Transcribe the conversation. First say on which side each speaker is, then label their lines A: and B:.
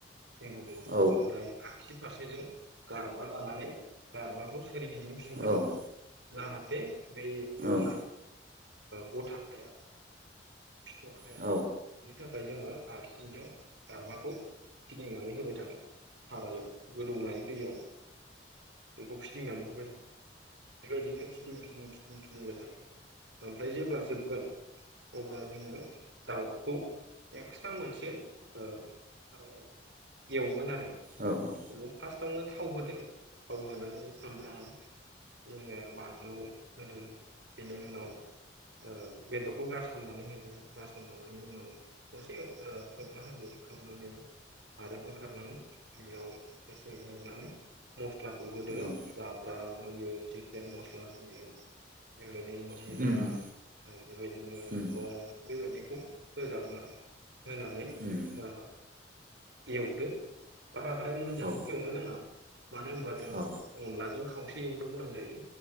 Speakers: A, on the right; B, on the right.
A: दै गुदुं
B: औ
A: ओमफ्राय आगसि फारसेजों गारबा लानानै गारबाखौ सोरगिदिं <inaudible>
B: उम
A: जाहाथे बे अना
B: उम
A: गथा खाया। खाया।
B: औ
A: बिनि थाखाय जोङो आग्सिजों गारबाखौ फिदिंनानै होबाय थानांगौ। सारायाव गोदौनाय दैयाव बेखौ फिदिंनानै होबाय थानांगौ बेबायदिनो फिदिं फिदिं फिदिं फिदिंबाय थागोन ओमफ्राय जेब्ला जोबगोन अब्ला जोङो दाउखौ एक्सट्रा मोनसे सारायाव एवगोन आरो।
B: औ औ
A: बे फास्टाआवनो थाव होदों थाव होनानै सामब्राम जोङो बानलु होदो बेनि उनाव बेदरखौ गारसननानै होदो गारसनखांनायनि उनाव दसे खोबना होदो। खोबनानै आरो बोखारनानै बेयाव एसे एरनानै मस्लाखौ होदो
B: औ
A: जाब्रा <unintelligible> सिकेन मस्ला होयो <unintelligible> जिरा
B: उम
A: ओमफ्राय बेबायदिनो
B: उम
A: लं बेबायदिखौ होजागोन आरो होनानै
B: उम
A: ओ एवदो। बाराद्राय मोनजासे
B: औ
A: एवनो नाङा मानो होनबा जों
B: औ
A: अनलाजों खावसे एवनो गोनां जायो।